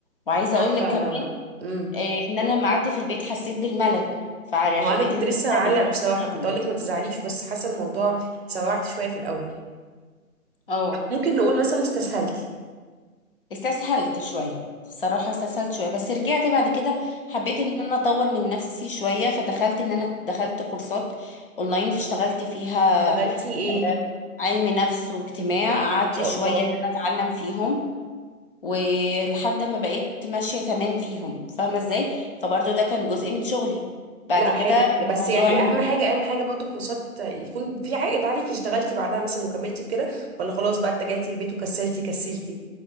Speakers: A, on the left; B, on the right.
A: وعايزة
B: صح
A: اقول لك
B: لا
A: كمان
B: لا لا امم
A: آه ان انا لما قعدت في البيت حسيت بالملل فحبيت
B: وانا كنت
A: ان انا
B: لسه
A: ارجع
B: هعلق
A: للشغل
B: بصراحة
A: تاني
B: كنت اقولك ما تزعليش بس حاسة الموضوع سوعت شوية في الاول
A: اه
B: ممكن نقول مثلا استسهلتي
A: استسهلت شوية الصراحة استسهلت شوية بس رجعت بعد كده حبيت ان انا اطور من نفسي شوية فدخلت ان انا دخلت كورسات اونلاين فاشتغلت فيها
B: شغلتي ايه
A: آه،
B: ان
A: علم نفس واجتماع قعدت
B: شاء
A: شوية
B: الله
A: ان انا اتعلم فيهم ولحد ما بقيت ماشية تمام فيهم فاهمة ازاي فبرضو ده كان جزء من شغلي بعد
B: لا
A: كده
B: حلو
A: الموضوع
B: بس يعني
A: إن-
B: اهم حاجه اهم حاجه برضو الكورسات يكون في عائد عليكي اشتغلتي بعدها مثلا وكملتي وكده ولا خلاص بقى اتجهتي البيت وكسلتي كسلتي